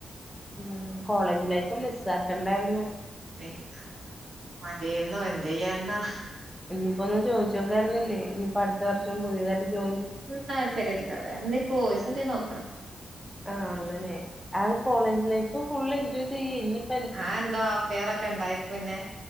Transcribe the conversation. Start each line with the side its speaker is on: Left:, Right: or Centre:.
Centre: ഉം കോളേജ് ലൈഫ് മിസ്സാക്കണ്ടാര്ന്നു.
Right: <unintelligible> മാത്യേര്ന്നു എന്ത് ചെയ്യാൻടാ.
Centre: ഞ്ഞിപ്പൊന്ന് ചോയിച്ച് നോക്കാര്ന്നില്ലേ. ഞ്ഞിപ്പ അട്ത്ത വർഷം പുത്യേതായിട്ട് ജോയിൻ ചെയ്യാൻ.
Right: താല്പരില്യ. വേറെന്ത്യേ കോയ്സെന്ത്യേ നോക്കണം.
Centre: ആഹ് അങ്ങനെ. ആഹ് കോളേജ് ലൈഫ് ഫുള്ള് എൻജോയ് ചെയ്യ് ഞ്ഞിപ്
Right: ആഹ് എന്തോ അഫെയർ ഒക്കെ ണ്ടായപിന്നെ